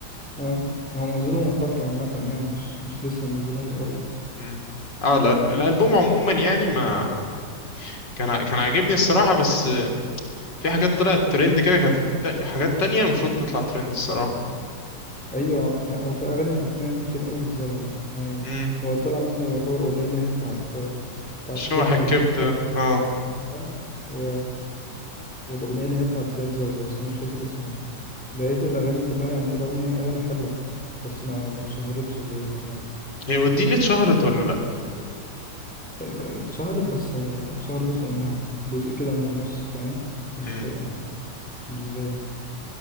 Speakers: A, in the centre; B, on the left.
A: اه هو منزله من فترة عامة يعني مش مش لسه منزله من قريب
B: مم. اه لا، الألبوم عموما يعني ما كان ع- كان عاجبني الصراحة بس في حاجات طلعت ترند كده كانت ت- حاجات تانية المفروض تطلع ترند الصراحة
A: أيوة يعني هو في أغاني حرفيا كتير أوي اتظلمت يعني
B: امم
A: هو طلع منه يعتبر أغنية اللي هي بتاعت بتاعت
B: شوح
A: كبدة
B: الكبدة
A: دي
B: اه
A: تمام. و... والأغنية اللي هي بتاعت زياد زازا بس أنا مش فاكر اسمها بقيت الأغاني كلها يعني رغم إن هي أغاني حلوة بس ما ما اتشهرتش زيهم يعني
B: هي وديني اتشهرت ولا لا؟
A: اتشهرت بس اتشهر جزء منها جزء كده من النص فاهم مش
B: امم
A: مش زيها